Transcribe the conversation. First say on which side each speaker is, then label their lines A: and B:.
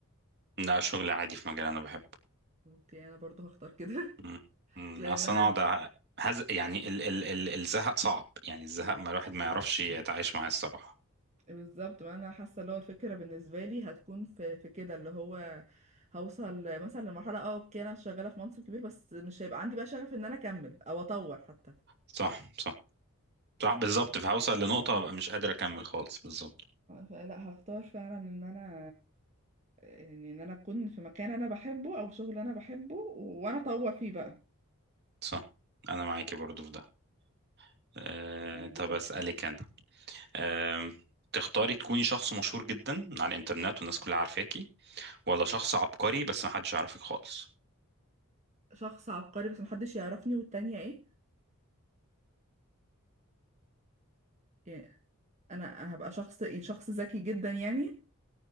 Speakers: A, on the right; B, on the right.
A: لا شغل عادي في مجال انا بحبه
B: اوكي انا برضو هختار كده
A: مم.
B: <laughs>
A: مم.
B: لان
A: اصلا
B: انا
A: اقعد أ- هز... يعني ال... ال... ال... الزهق صعب يعني الزهق ما الواحد ما يعرفش يتعايش معاه الصراحه
B: بالظبط ما انا حاسه اللي هو الفكره بالنسبه لي هتكون في في كده اللي هو هوصل مثلا لمرحله اه اوكي انا شغاله في منصب كبير بس مش هيبقى عندي بقى شغف ان انا اكمل او اطور حتى
A: صح صح صح بالظبط فهوصل لنقطة هبقى مش قادر أكمل خالص بالظبط
B: لا هختار فعلا ان انا يعني ان انا اكون في مكان انا بحبه او شغل انا بحبه وانا اطور فيه بقى
A: صح أنا معاكي برضو في ده أه
B: في دورك
A: طب أسألك أنا أه تختاري تكوني شخص مشهور جدا على الإنترنت والناس كلها عارفاكي ولا شخص عبقري بس محدش يعرفك خالص
B: شخص عبقري بس محدش يعرفني والتانية ايه يعني انا هبقى شخص ايه شخص ذكي جدا يعني